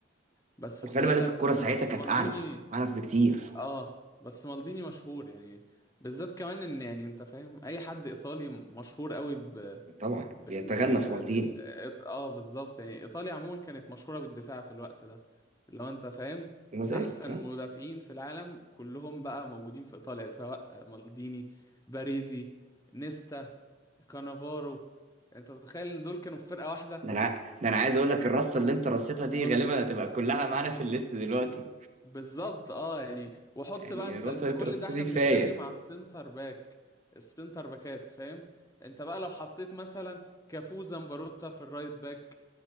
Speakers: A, on the left (about 15°); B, on the right (about 35°).
A: بس
B: وخلي
A: اسمه
B: بالك
A: ايه ده
B: الكره ساعتها
A: بس
B: كانت
A: مالديني
B: اعنف اعنف بكتير
A: اه بس مالديني مشهور يعني بالذات كمان ان يعني انت فاهم اي حد ايطالي مشهور قوي ب...
B: طبعا
A: بال
B: بيتغنى في والدين
A: بال إيط- اه بالظبط يعني ايطاليا عموما كانت مشهورة بالدفاع في الوقت ده اللي هو انت فاهم
B: وما زالت
A: احسن
B: اه
A: مدافعين في العالم كلهم بقى موجودين في ايطاليا سواء مالديني باريزي نيستا كانافارو انت متخيل ان دول كانوا في فرقة واحدة
B: ده انا ده انا عايز اقول لك الرصه اللي انت رصيتها
A: <laughs>
B: دي غالبا هتبقى كلها معانا في الليست دلوقتي
A: بالظبط اه يعني وحط
B: يعني
A: بقى انت
B: الرصه
A: انت
B: اللي
A: كل
B: انت رصيتها
A: ده احنا
B: دي كفايه
A: بنتكلم على السنتر باك السنتر باكات فاهم انت بقى لو حطيت مثلا كافو زمبروتا في الرايت باك